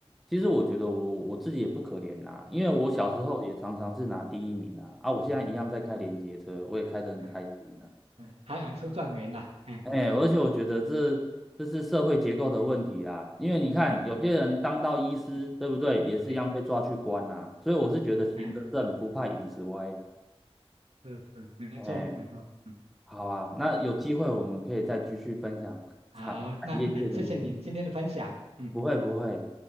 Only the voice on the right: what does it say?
是，
哎是，
哎，哎，还想出状元啦，哎，
嗯嗯嗯嗯，
对，
是，哎，是是，没错没错，
嗯，
好，那很谢谢您今天的分享，嗯。